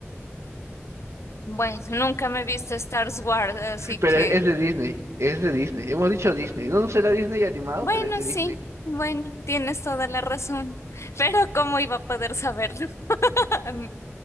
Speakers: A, on the left; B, on the right.
A: Bueno, <laughs> nunca me he visto Star Wars, así
B: Pero
A: que,
B: es es de Disney. Es de Disney. Hemos dicho Disney. No, no será Disney animado,
A: bueno,
B: pero es de
A: sí,
B: Disney.
A: bueno, tienes toda la razón, <laughs> pero ¿cómo iba a poder saberlo? <laughs>